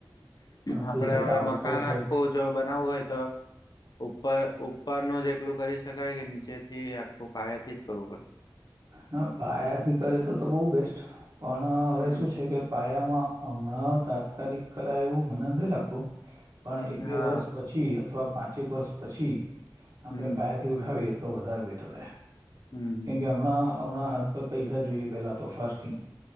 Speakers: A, on the right; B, on the left.
A: પણ
B: આપડે
A: તે છતાં
B: હવે
A: આઉટર
B: મકાન
A: સાઈડ
B: આખવું જો બનાવવું હોય તો ઉપર ઉપરનું જ એકલું કરી શકાય કે નીચેથી આખું પયાેથી જ કરવું પડે
A: ના પાયાથી કરે તો તો બહુ બેસ્ટ પણ હવે
B: હમ
A: શું છે કે પાયામાં હમણાં તાત્કાલિક કરાય એવું મને નથી લાગતું પણ એક બે
B: હા
A: વર્ષ પછી અથવા પાંચેક વર્ષ પછી આપણે
B: હમ
A: પાયાથી ઉઠાવી હતી તો વધારે બેટર રહે
B: હમ
A: કેમ કે હમણાં હમણાં હાથ પર પૈસા જોઈએ પેલા તો ફર્સ્ટ થિંગ